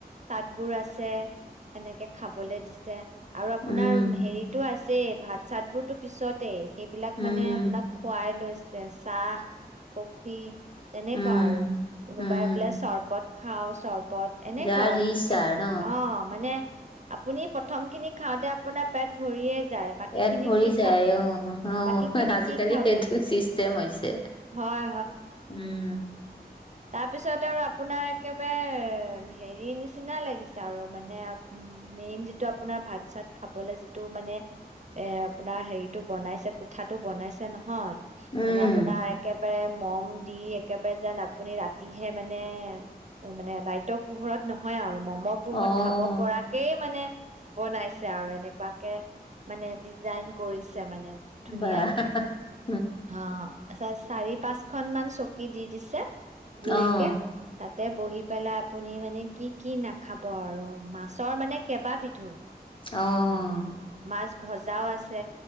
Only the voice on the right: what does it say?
চাটবোৰ আছে, এনেকে খাবলৈ দিছে। আৰু আপোনাৰ
হেৰিটো আছ ছে ভাত চাতবোৰতো পিছত। তে সেইবিলাক
মানে আপোনাক খোৱাই লৈছে। চাহ কফি। তেনেকুৱা
আৰু কোনোবাই
বোলে চৰৱত খাওঁ চ বদ এনেকুৱা
আৰু
যি
অ' মানে আপুনি প্ৰথমখিনি খাওঁতে আপোনাৰ পেট ভৰিয়ে যায় বাকীখিনি
কি
খাব।
বাকী
খিনি
কি খাব
হয়,
তাৰ পিছত আৰু আপোনাৰ একেবাৰে হেৰি নিচিনা লাগিছে আৰু মানে উম, মেইন যিটো আপোনাৰ ভাত চাত খাবলে যিটো মানে এ, আপোনাৰ হেৰি বনাইছে কোঠাটো বনাইছে নহয়।
মানে আপোনাৰ একে একেবাৰে ম'ম দি একেবাৰে যেন আপুনি ৰাতিহে মানে, মানে লাইটৰ পোহৰত নহয় আৰু ম'মৰ পোহৰত
খাব পৰাকেই মানে। বনাইছে আৰু এনেকুৱাকে মানে ডিজাইন কৰিছ মানে।
ধুনীয়াকে। হা, <inaudible> চাৰি পাঁচখন মান চকী দি দিছে। গুলকে,
তাত তাতে বহি পেলাই আপুনি মানে কি কি নাখাব আৰু মাছৰমানে কেইবাবিধো।
মানে মাছ ভজাও আছে,